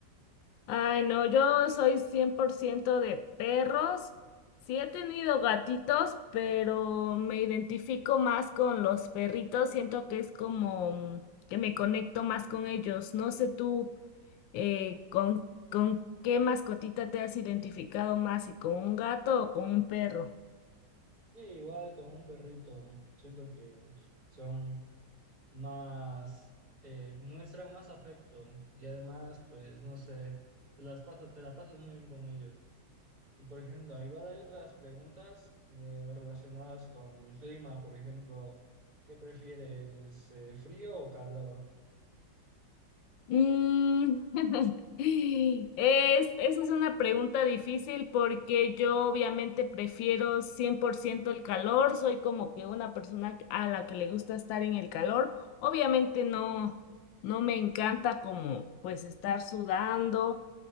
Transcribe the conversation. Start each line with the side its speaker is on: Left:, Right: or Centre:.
Left: ay, no, yo soy 100% de perros. Sí he tenido gatitos, pero me identifico más con los perritos. Siento que es como mm, que me conecto más con ellos. No sé tú. Eh, ¿con, con qué mascotita te has identificado más? y con un gato o con un perro?
Right: Sí, igual con un perrito, siento que son más, eh, muestran más afecto y además, pues, no sé, te las pasas, te la pasas muy bien con ellos. Y por ejemplo, igual hay otras preguntas eh, relacionadas con el clima, por ejemplo, ¿qué prefieres, eh, frío o calor?
Left: Mm, <laughs> Es, esa es una pregunta difícil porque yo obviamente prefiero 100% el calor, soy como que una persona a la que le gusta estar en el calor. Obviamente no, no me encanta como pues estar sudando,